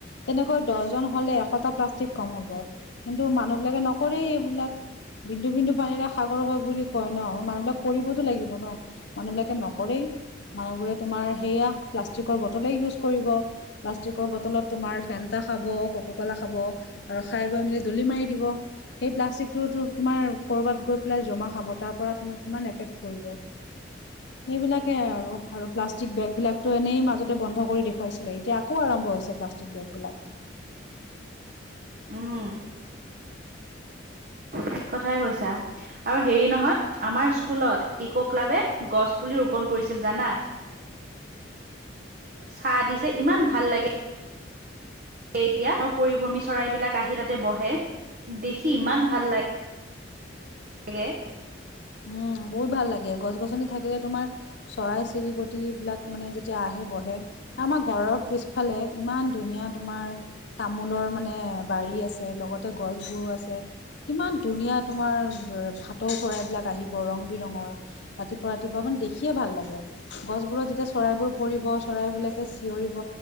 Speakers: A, on the left (about 60°); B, on the right (about 45°).
A: তেনেকৈ দহজন হ'লে এশটা প্লাষ্টিক কম হ'ব। কিন্তু মানুহবিলাকে নকৰেই এইবিলাক। বিন্দু বিন্দু পানীৰে সাগৰ হয় বুলি কয় ন' মানুহ বিলাক কৰিবতো লাগিব ন'। মানুহবিলাকে নকৰেই মানুহবোৰে তোমাৰ সেইয়া প্লাষ্টিকৰ বটলে ইউজ কৰিব। প্লাষ্টিকৰ বটলত তোমাৰ ফেনটা খাব, ক'ক' ক'লা খাব- আৰু খাই বৈ মেলি দলি মাৰি দিব। সেই প্লাষ্টিকটোতো তোমাৰ ক'ৰবাত গৈ পেলাই জমা হ'ব, তাৰপৰা তোমাৰ কিমান এফেক্ট কৰিব।
B: <unintelligible>
A: সেইবিলাকে আৰু আৰু প্লাষ্টিক বেগ বিলাক টো এনেই মাজতে বন্ধ কৰি দেখুৱাইছিলে, এতিয়া আকৌ আৰম্ভ হৈছে প্লাষ্টিক বেগবিলাক।
B: উমঁ'। ঠিক কথাই কৈছা। আৰু হেৰি নহয়, আমাৰ স্কুলত ইকো ক্লাবে গছ পুলি ৰোপন কৰিছিল জানা। চাহ দিছে ইমান ভাল লাগে। এতিয়া আৰু পৰিভ্ৰমী চৰাইবিলাক আহি তাতে বহে দেখি ইমান ভাল লাগে। লাগে।
A: উম, বহুত ভাল লাগে গছ-গছনি থাকিলে তোমাৰ চৰাই-চিৰিকট বিলাক মানে যেতিয়া আহে বহে। আমাৰ ঘৰৰ পিছফালে ইমান ধুনীয়া তোমাৰ তামোলৰ মানে বাৰী আছে লগতে গছবোৰো আছে। কিমান ধুনীয়া তোমাৰ ভাটৌ চৰাইবলাক আহিব ৰং বিৰঙৰ। ৰাতিপুৱা, ৰাতিপুৱা মানে দেখিয়ে ভাল লাগে। গছবোৰত যেতিয়া চৰাইবোৰ পৰিব চৰাইবিলাকে চিঞৰিব।